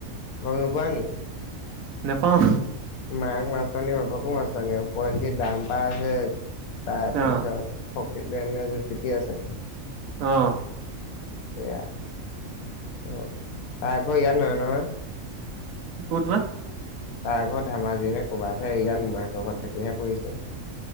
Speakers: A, on the left (about 85°); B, on the right (about 75°).
A: গম ন পোৱা নি?
B: নাপাও।
A: মাক মাছতনি বাপাকো মাছতনি উপঞ্জিত দাম্পা আছে তাৰপিছত
B: অ
A: ফকী এনে ৰেচিপি আছে।
B: আহ।
A: এয়া অ তই ক ইয়াত নহয় নয়
B: ক'ত বা?
A: তাৰ ঘৰ ধেমাজি নে ক'ৰবাতহে ইয়াত মোমায়েকৰ ঘৰত থাকিহে পৰিছে।